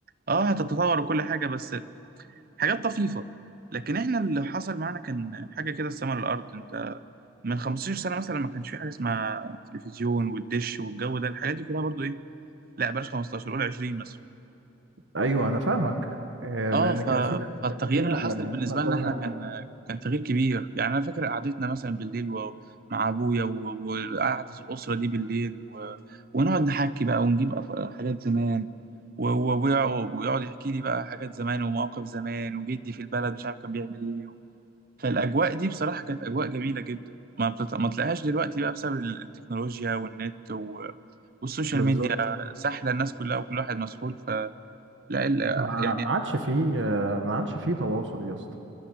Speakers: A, on the right; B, on the right.
A: اه هتتطور وكل حاجة بس حاجات طفيفة لكن احنا اللي حصل معانا كان حاجة كده السما للأرض انت من 15 سنة مثلا ما كانش في حاجة اسمها تلفزيون والدش والجو ده الحاجات دي كلها برضو ايه لا بلاش 15 قول 20 مثلا
B: أيوه أنا فاهمك آه،
A: اه
B: لأن
A: ف...
B: كان في نقلة
A: فالتغيير
B: كان في نقلة
A: اللي حصل
B: يعني
A: بالنسبه
B: إحنا كنا
A: لنا احنا كان كان تغيير كبير يعني انا فاكر قعدتنا مثلا بالليل و... مع ابويا و- وقعده الاسره دي بالليل و... ونقعد نحكي بقى ونجيب أف- حاجات زمان و- وابويا ويقعد يحكي لي بقى حاجات زمان ومواقف زمان وجدي في البلد مش عارف كان بيعمل ايه و... فالاجواء دي بصراحه كانت اجواء جميله جدا ما بتط... ما تلاقيهاش دلوقتي بقى بسبب التكنولوجيا والنت و... والسوشيال
B: بالظبط
A: ميديا سحله الناس كلها وكل واحد مسحول فلا ال...
B: ما
A: يعني
B: ما عادش فيه آه، ما عادش فيه تواصل يا اسطى